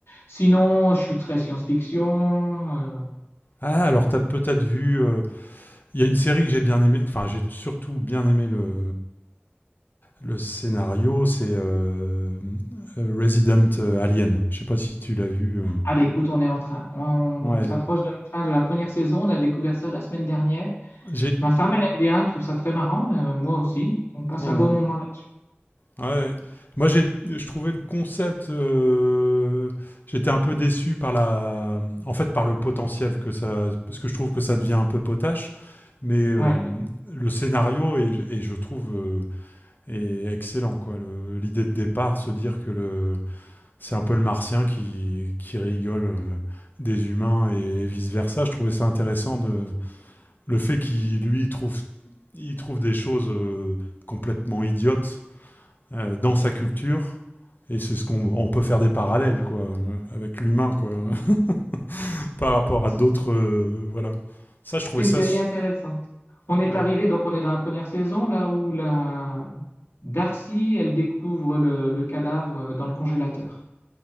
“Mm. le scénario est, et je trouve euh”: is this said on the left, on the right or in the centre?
Left